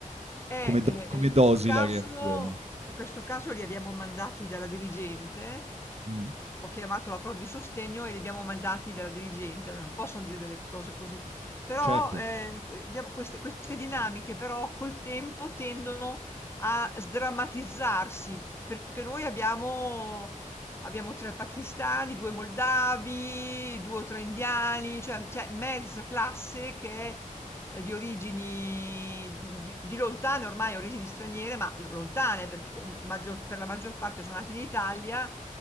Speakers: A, on the left (about 20°); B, on the right (about 50°).
A: E
B: come do
A: Eh,
B: come
A: ehm, in
B: dosi
A: questo caso
B: la reazione?
A: in questo caso li abbiamo mandati dalla dirigente,
B: Mh.
A: ho chiamato la prof di sostegno e li abbiamo mandati dalla dirigente, non possono dire delle cose così. Però,
B: Certo,
A: ehm, diamo queste queste dinamiche però col tempo tendono a sdrammatizzarsi, perché noi abbiamo abbiamo 3 pakistani, 2 moldavi, 2 o 3 indiani, cioè cioè mezza classe che è, ehm, di origini di di lontane ormai origini straniere, ma l lontane perché co maggior per la maggior parte sono nati in Italia,